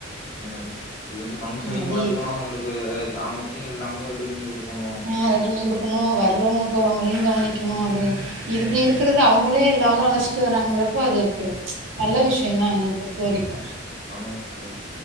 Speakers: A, on the left; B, on the right.
A: ம் இது வந்து பங்க்ஷனையு
B: அது
A: பாத்துக்கனு அவ்ங்களுக்கு ஜாமத் தியு எல்லாமு ரெடி பண்ணி குடுக்கணு
B: அ ரெடி பண்ணி குடுக்கணு வர்றவங்க போறவங்களையு கவனிக்கணு அது இது இப்டி இருக்கறத் த அவங்களே எல்லா ஆளு அழச்சிட்டு வராங்கிறப்ப அது நல்ல விஷயம் தா என்னய பொறுத்த வரைக்கு
A: ஆமாங் சிஸ்டர்